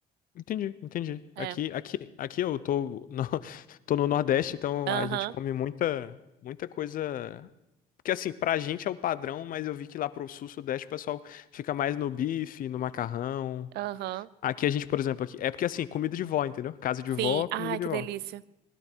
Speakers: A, on the left; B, on the right.
A: Entendi, entendi.
B: É.
A: Aqui, aqui, aqui eu tô no, <laughs> tô no Nordeste, então
B: Aham,
A: a gente come muita, muita coisa. Porque assim, pra gente é o padrão, mas eu vi que lá pro Sul, Sudeste, o pessoal fica mais no bife, no macarrão.
B: aham.
A: Aqui a gente, por exemplo, aqui, é porque assim, comida de vó, entendeu? Casa de vó,
B: Sim.
A: comida
B: Ai,
A: de
B: que
A: vó.
B: delícia.